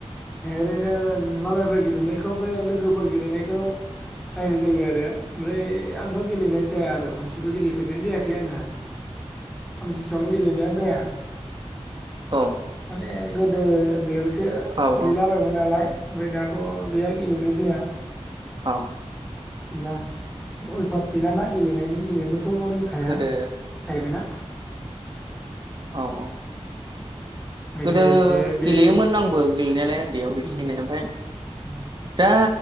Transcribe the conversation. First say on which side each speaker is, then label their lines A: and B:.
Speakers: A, in the centre; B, on the right.
A: ओरैनो मालायफोर गेलेनायखौ बे लोगोफोर गेलेनायखौ नायनाय जायो आरो ओमफ्राय आंथ' गेलेनाय जाया आरो खनसेबो गेलेफेरनाय जायाखै आङो आमथिसुवावबो गेलेनाय जाया
B: औ
A: माने गोदो ओन्दैआव एसे बे
B: औ
A: गेलेलाबायमोन
B: औ
A: नालाय ओमफ्राय दाथ' गैया गेलेनाय जाया
B: औ
A: गैया अय फास गैलाना गेलेनायनि गेलेनोबो थ' रोंखाया
B: गोदो
A: जाहैबायना
B: औ औ
A: गोदोसो
B: गोदो
A: बे
B: गेलेयोमोन आंबो गेलेनायालाय उन्दैयाव
A: उम
B: एसे एनै ओमफाय
A: <inaudible>
B: दा